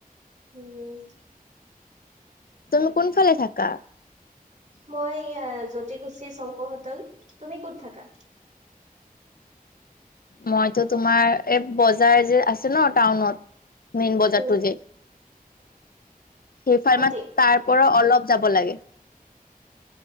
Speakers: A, on the right; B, on the left.
A: উমঁ।
B: তুমি কোনফালে থাকা।
A: মই জুতি খুছী শংকৰ সোতেল তুমি কত থাকা।
B: মইতো তোমাৰ এই বজাৰ যে আছে ন টাউনত মেইন বজাৰতটো
A: উম
B: যে। সেইফাৰ্মাত
A: গুৱাহাটী
B: তাৰ পৰা অলপ যাব লাগে।